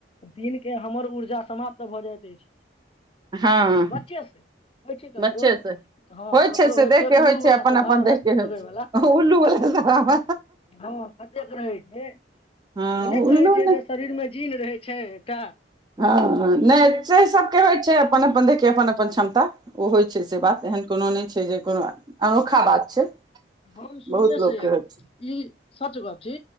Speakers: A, on the left; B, on the right.
A: दिनके हमर ऊर्जा समाप्त भऽ जायइत अछि।
B: हँ
A: बच्चे से होइ छै ककरो
B: बच्चे से
A: हँ ककरो
B: से
A: होइ
B: देख
A: छै
B: के
A: उल्लू वला
B: अपन
A: स्वभाव
B: अपन
A: रातिक
B: देख
A: के ढगे
B: होइ छै
A: वालला
B: उल्लू वला सब
A: हँ कत रहै छै
B: हँ
A: ओने
B: उल्लू
A: कहै छै
B: ने
A: जे शरीर मे जीन रहै छै। छै क।
B: हँ नहि से सबके होइ छै अपन अपन देख। अपन अपन क्षमता। ओ होइ छै से बात एहन कोनो नहि छै। से जे कोनो अनोखा बात छै।
A: हम शुरुए
B: बहुत लोक
A: से
B: के होइ छै
A: ई सच गप छी